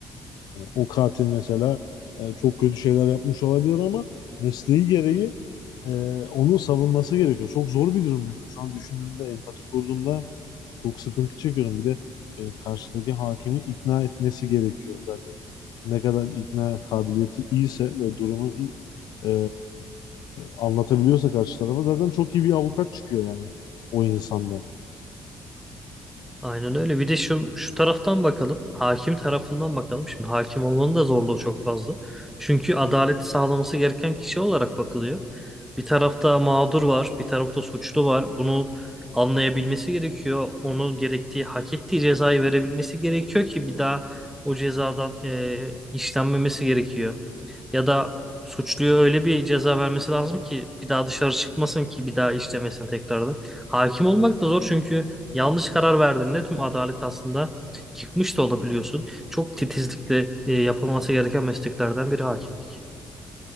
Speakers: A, on the left; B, in the centre.
A: Hani o katil mesela e, çok kötü şeyler yapmış olabilir ama mesleği gereği e, onu savunması gerekiyor. Çok zor bir durum mesela. Şu an düşündüğümde, empati kurduğumda çok sıkıntı çekiyorum. Bir de e, karşıdaki hakimi ikna etmesi gerekiyor zaten. Ne kadar ikna kabiliyeti iyiyse ve durumu iyi- e, anlatabiliyorsa karşı tarafa zaten çok iyi bir avukat çıkıyor yani o insandan.
B: Aynen öyle. Bir de şu şu taraftan bakalım. Hakim tarafından bakalım. Şimdi hakim olmanın da zorluğu çok fazla. Çünkü adaleti sağlaması gereken kişi olarak bakılıyor. Bir tarafta mağdur var, bir tarafta suçlu var. Bunu anlayabilmesi gerekiyor. Onun gerektiği, hak ettiği cezayı verebilmesi gerekiyor ki bir daha o cezadan eee, işlenmemesi gerekiyor. Ya da suçluya öyle bir ceza vermesi lazım ki bir daha dışarı çıkmasın ki bir daha işlemesin tekrardan. Hakim olmak da zor çünkü yanlış karar verdiğinde tüm adalet aslında yıkmış da olabiliyorsun. Çok titizlikle e, yapılması gereken mesleklerden biri hakimlik.